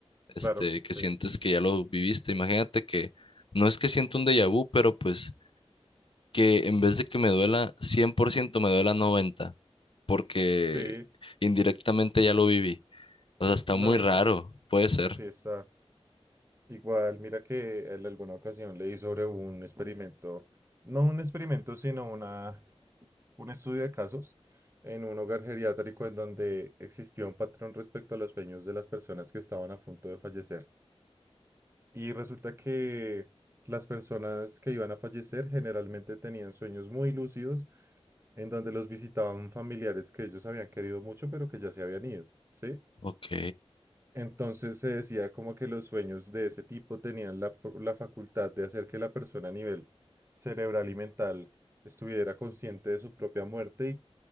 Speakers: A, on the left; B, on the right.
A: este,
B: Claro,
A: que
B: sí.
A: sientes que ya lo viviste. Imagínate que no es que siento un déjà vu, pero pues que en vez de que me duela 100% me duela 90%, porque
B: Sí,
A: indirectamente ya lo viví. O sea, está
B: no,
A: muy
B: igual.
A: raro, puede ser.
B: Sí, está. Igual, mira que en alguna ocasión leí sobre un experimento, no un experimento, sino una un estudio de casos en un hogar geriátrico en donde existía un patrón respecto a los sueños de las personas que estaban a punto de fallecer. Y resulta que las personas que iban a fallecer generalmente tenían sueños muy lúcidos en donde los visitaban familiares que ellos habían querido mucho pero que ya se habían ido, ¿sí?
A: Ok,
B: Entonces se decía como que los sueños de ese tipo tenían la, pro- la facultad de hacer que la persona a nivel cerebral y mental estuviera consciente de su propia muerte